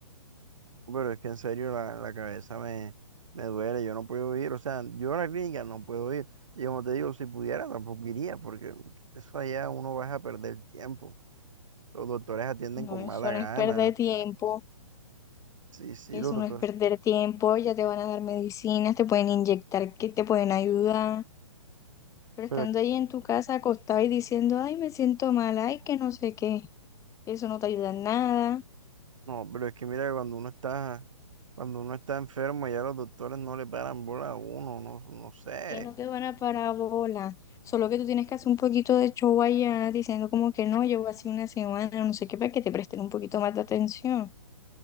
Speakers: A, on the right (about 65°); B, on the left (about 20°).
A: Pero es que en serio la, la cabeza me, me duele, yo no puedo ir, o sea, yo a la clínica no puedo ir. Y como te digo, si pudiera tampoco iría, porque eso allá uno va a perder tiempo. Los doctores atienden
B: No,
A: con
B: eso
A: mala
B: no
A: gana,
B: es perder tiempo.
A: sí, sí,
B: Eso
A: los doctores.
B: no es perder tiempo, ya te van a dar medicinas, te pueden inyectar, que te pueden ayudar, pero
A: Pero
B: estando
A: es que,
B: ahí en tu casa acostado y diciendo, ay, me siento mal, ay, que no sé qué, eso no te ayuda en nada,
A: no, pero es que mira, cuando uno está, cuando uno está enfermo, ya los doctores no le paran bola a uno, no, no sé,
B: que no te van a parábola, solo que tú tienes que hacer un poquito de show allá diciendo como que no, llevo así una semana, no sé qué, para que te presten un poquito más de atención.